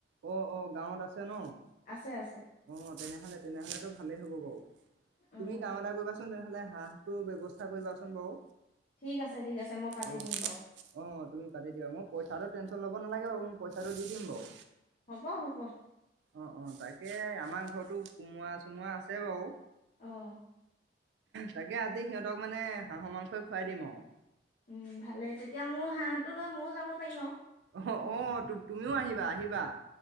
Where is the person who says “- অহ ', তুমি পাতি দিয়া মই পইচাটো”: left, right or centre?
Right